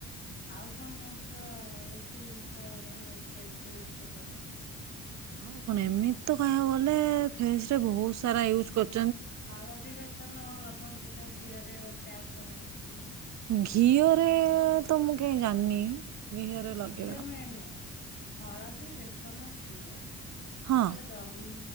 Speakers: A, on the left; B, on the right.
A: ଆଉ କଣ ଜାଣିଛ। ଦେ ଜିନିଷ ମାନେ ୟୁଜ କରିବା ପାଇଁ।
B: ଆଉ କଣ ଏମିତି ତ କହିବାକୁ ଗଲେ ଫେସ୍ ରେ ବହୁତ ସାରା ୟୁଜ କର
A: ହଳଦୀ ବେସନ କଣ ଲଗନ୍ତି ତ କ୍ଷୀରରେ। ପ୍ୟାଗ ବନେଇବି।
B: ଘିଅରେ ତ ମୁଁ କାଇଁ ଜାଣିନି। ଘିଅରେ ଲଗେଇବାର
A: ଘିଅ ନୁହେନେ ହଳଦୀ ବେସ ସନ କ୍ଷୀର। ନହେଲେ
B: ହଁ
A: ଦହି।